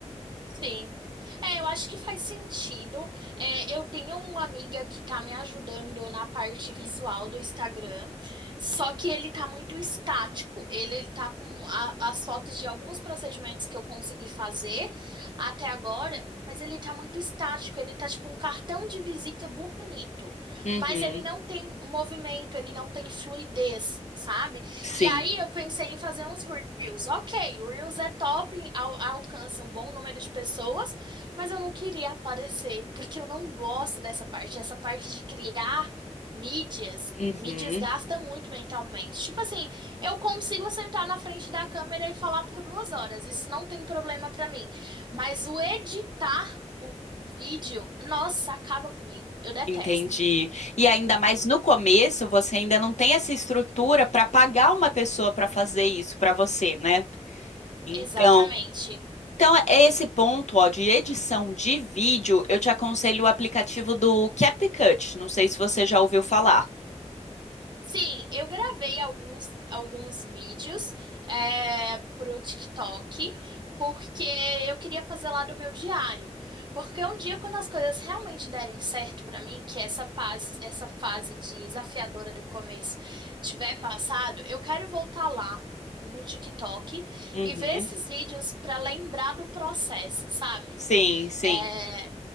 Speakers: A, on the right; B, on the left.
A: sim. É, eu acho que faz sentido. É, eu tenho uma amiga que tá me ajudando na parte visual do Instagram, só que ele tá muito estático. Ele, ele tá com a- as fotos de alguns procedimentos que eu consegui fazer até agora, mas ele tá muito estático. Ele tá tipo um cartão de visita bonito,
B: Uhum,
A: mas ele não tem movimento, ele não tem fluidez, sabe?
B: sim.
A: E aí eu pensei em fazer uns Reels. Ok, o Reels é top, al- alcança um bom número de pessoas, mas eu não queria aparecer, porque eu não gosto dessa parte. Essa parte de criar mídias,
B: Uhum,
A: mídias gasta muito mentalmente. Tipo assim, eu consigo sentar na frente da câmera e falar por duas horas, isso não tem problema pra mim. Mas o editar o vídeo, nossa, acaba comigo. Eu detesto.
B: entendi. E ainda mais no começo, você ainda não tem essa estrutura para pagar uma pessoa para fazer isso para você, né? Então,
A: Exatamente.
B: Então, é esse ponto, ó, de edição de vídeo, eu te aconselho o aplicativo do CapCut. Não sei se você já ouviu falar.
A: Sim, eu gravei alguns, alguns vídeos é, pro TikTok, porque eu queria fazer lá do meu diário. Porque um dia, quando as coisas realmente derem certo pra mim, que essa paz, essa fase desafiadora do começo tiver passado, eu quero voltar lá no TikTok
B: Uhum.
A: e ver esses vídeos pra lembrar do processo, sabe?
B: Sim, sim.
A: É,